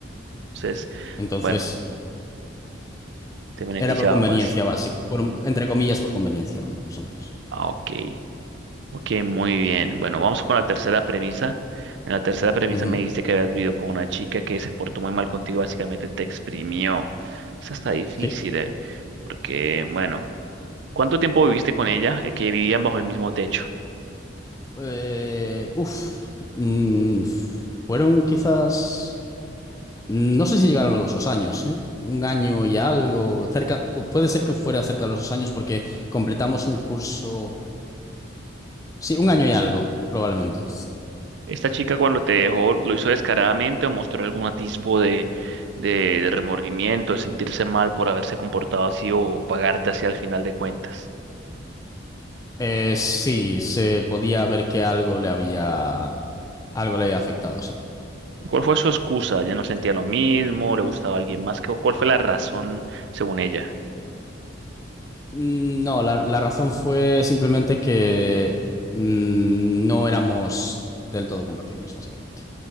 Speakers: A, on the right; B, on the left.
A: Entonces,
B: Entonces,
A: bueno, te beneficiaba
B: era por conveniencia
A: más.
B: básica, por, entre comillas, por conveniencia, más o menos.
A: Ah, ok. Ok, muy bien. Bueno, vamos con la tercera premisa. En la tercera premisa
B: Ujú,
A: me dijiste que habías vivido con una chica que se portó muy mal contigo, básicamente te exprimió. Esa está difícil,
B: Sí.
A: ¿eh? Porque, bueno. ¿Cuánto tiempo viviste con ella, eh, que vivían bajo el mismo techo?
B: Eh, uf, mm, f- fueron quizás, no sé si llegaron a los dos años, ¿eh? Un año y algo, cerca, pu- puede ser que fuera cerca de los dos años porque completamos un curso, sí, un año y algo, probablemente.
A: ¿Esta chica cuando te dejó lo hizo descaradamente o mostró algún atisbo de, de, de remordimiento, de sentirse mal por haberse comportado así o pagarte así al final de cuentas?
B: Eh, sí, se podía ver que algo le había, algo le había afectado, sí.
A: ¿Cuál fue su excusa? ¿Ya no sentía lo mismo? ¿Le gustaba alguien más? ¿Qué- ¿Cuál fue la razón según ella?
B: Mm, No, la, la razón fue simplemente que mm, no éramos del todo compatibles, básicamente.